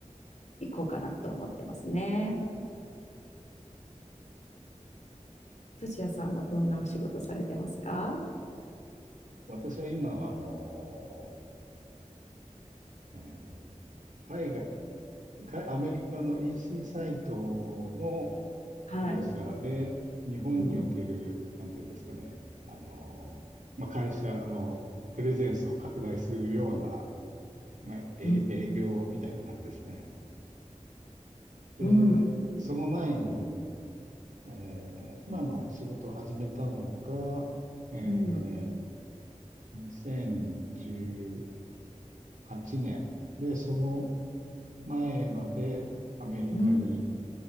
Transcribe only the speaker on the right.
私は今は、あの、えー海外、海アメリカの EC サイトの
会社で、日本における、
なんていうんですかね、あの、まあ、会社のプレゼンスを拡大するような、まあ、え営業みたいな感じですね。
で、
その前に、えー今の仕事を始めたのが、え
ー2018年。で、その前までアメリカに、